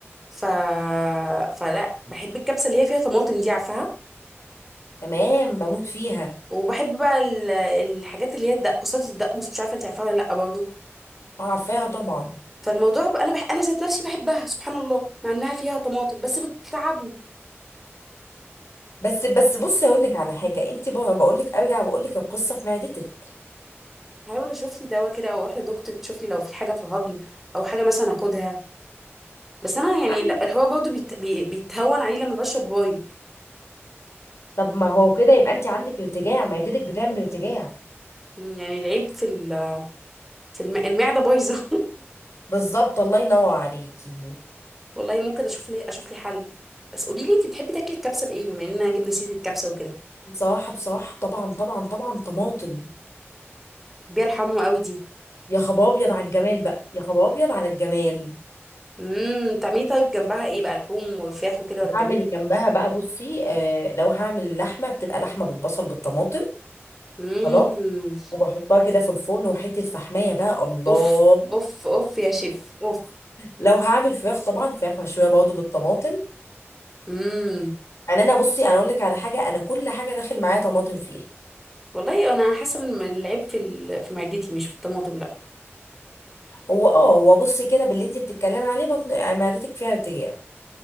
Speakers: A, in the centre; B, on the left.
A: ف فلا بحب الكبسه اللي هي فيها طماطم دي عارفاها
B: تمام بموت فيها
A: وبحب بقى ال- الحاجات اللي هي الدقوسات الدقوس مش عارفه انت عارفاها ولا لا برضه
B: عارفاها طبعا
A: فالموضوع بقى انا بح... انا ذات نفسي بحبها سبحان الله مع انها فيها طماطم بس بتتعبني
B: بس بس بصي اقول لك على حاجه انت بقول لك ارجع بقول لك القصه في معدتك
A: هحاول اشوف لي دواء كده او اروح لدكتور تشوف لي لو في حاجه في الهضم او حاجه مثلا اخدها بس انا يعني
B: عادي
A: لا، الحوار برضه بيت... بي... بيتهون عليه لما بشرب وايب
B: طب ما هو كده يبقى انت عندك ارتجاع معدتك بتعمل ارتجاع
A: يعني العيب في ال... في الم... المعده بايظه <laughs>
B: بالظبط الله ينور عليكي
A: والله ممكن اشوف لي اشوف لي حل بس قولي لي انت بتحبي تاكلي الكبسه بايه بما اننا جبنا سيره الكبسه وكده
B: بصراحه بصراحه طبعا طبعا طبعا طماطم
A: بتحبيها الحمو قوي دي
B: يا خباب ابيض على الجمال بقى يا خباب ابيض على الجمال
A: امم بتعملي طيب جنبها ايه بقى لحوم وفراخ وكده ولا بتعملي
B: هعمل
A: ايه
B: جنبها بقى بصي آه لو هعمل لحمه بتبقى لحمه بالبصل بالطماطم
A: امم
B: خلاص وبحطها كده في الفرن وحته فحمايه بقى الله
A: اوف اوف اوف يا شيف اوف
B: لو هعمل فراخ طبعا فراخ مشويه برضه بالطماطم
A: امم
B: يعني انا بصي انا اقول لك على حاجه انا كل حاجه داخل معايا طماطم فيها
A: والله انا حاسه ان العيب في ال... في معدتي مش في الطماطم
B: هو اه هو بصي كده باللي انت بتتكلمي عليه بطن يعني معدتك فيها بتجيع